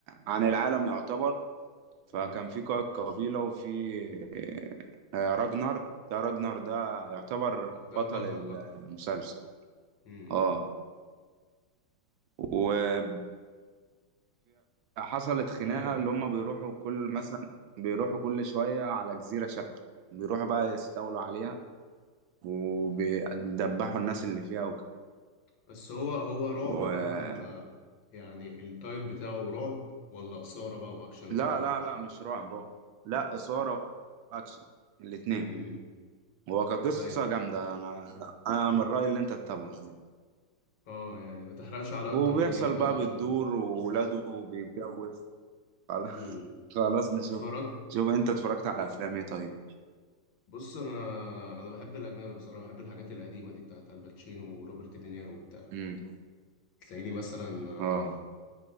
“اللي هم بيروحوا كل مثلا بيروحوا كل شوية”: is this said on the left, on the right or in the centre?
Right